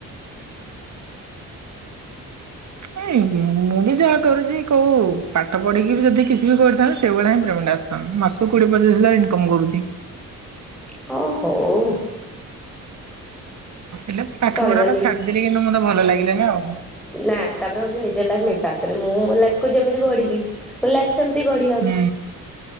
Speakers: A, on the right; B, in the centre.
A: ନାଇଁ ମୁଁ ବି ଯାହା କରୁଛି କୋଉ ପାଠ ପଢିକି ବି ଯଦି କିଛି ବି କରିଥାନ୍ତି ସେଇଭଳିଆ ହିଁ ପ୍ରେମେଣ୍ଟ ଆସ ହଁ ମୁଁ ମାସକୁ କୋଡିଏ ପଚିଶି ହଜାର ଇନକମ କରୁଚି।
B: ହଁ ହଉ।
A: ହେଲେ ପାଠ
B: ଚଳିବନି
A: ପଢା ଟା ଛାଡିଦେଲି କିନ୍ତୁ ମତେ ଭଲ ଲାଗିଲାନି ଆଉ।
B: ନାଁ ତାପରେ ହଉଚି ନିଜ ଲାଇଫ୍ ନିଜରେ ହାତରେ ମୁଁ ମୋ ଲାଇଫ କୁ ଯେମିତି ଗଢିବି ମୋ ଲାଇଫ ସେମିତି ଗଢ଼ିହବ।
A: ହୁଁ